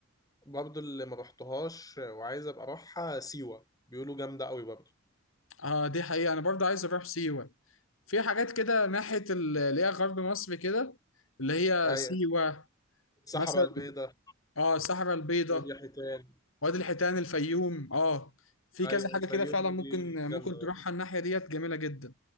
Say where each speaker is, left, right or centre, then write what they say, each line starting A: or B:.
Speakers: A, on the left; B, on the left.
A: برضو اللي ما رحتهاش وعايز ابقى اروحها سيوة بيقولوا جامدة قوي برضو
B: اه دي حقيقة انا برضه عايز اروح سيوة في حاجات كده ناحية ال- اللي هي غرب مصر كده اللي هي
A: ايوه
B: سيوة
A: الصحراء
B: مثلا
A: البيضاء
B: اه الصحراء البيضاء
A: وادي حيتان
B: وادي الحيتان الفيوم اه في
A: ايوه
B: كذا حاجة
A: الفيوم
B: كده فعلا ممكن
A: دي جامدة
B: ممكن تروحها الناحية ديت جميلة جدا